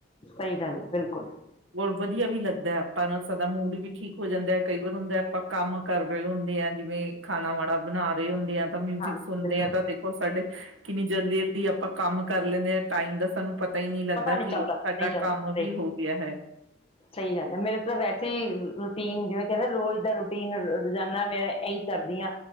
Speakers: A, on the left (about 30°); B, on the right (about 70°).
A: ਸਹੀ ਗੱਲ ਹੈ ਬਿਲਕੁਲ
B: ਹੋਰ ਵਧੀ ਵਧੀਆ ਵੀ ਲੱਗਦਾ, ਆਪਾਂ ਨਾਲ ਸਦਾ ਮੂਡ ਵੀ ਠੀਕ ਹੋ ਜਾਂਦੇ। ਕਈ ਵਾਰ ਹੁੰਦਾ, ਆਪਾਂ ਕੰਮ ਕਰ ਰਹੇ ਹੁੰਦੇ ਆਂ। ਜਿਵੇਂ, ਖਾਣਾ ਵਾਣਾ ਬਣਾ ਰਹੇ ਹੁੰਦੇ ਆ। ਤਾਂ ਮਿਊਜਿਕ
A: ਹਾਂਜੀ
B: ਸੁਣਦੇ
A: ਬਿਲਕੁਲ
B: ਆ ਤਾਂ ਦੇਖੋ ਸਾਡੇ ਕਿੰਨੀ ਜਲਦੀ ਅਪ ਆਪਾਂ ਕੰਮ ਕਰ ਲੈਂਦੇ ਹਾਂ, ਟਾਈਮ ਦਾ ਸਾਨੂੰ ਪਤਾ ਹੀ ਨਹੀਂ ਲੱਗਦਾ
A: ਪਤਾ ਨੀ
B: ਕਿ
A: ਚੱਲਦਾ।
B: ਸਾਡਾ
A: ਨਹੀਂ, ਚੱਲ
B: ਕੰਮ ਵੀ
A: ਹੀ,
B: ਹੋ ਗਿਆ ਹੈ
A: ਸਹੀ ਗੱਲ ਹੈ। ਮੇਰੇ ਤਾਂ ਵੈਸੇ ਹੀ ਰੂਟੀਨ ਜਿਵੇਂ ਜਿਹੜਾ ਰੋਜ਼ ਦਾ ਰੂਟੀਨ ਰੋਜ਼ਾਨਾ ਮੇਰਾ, ਇਹੀ ਕਰਦੀ ਹਾਂ।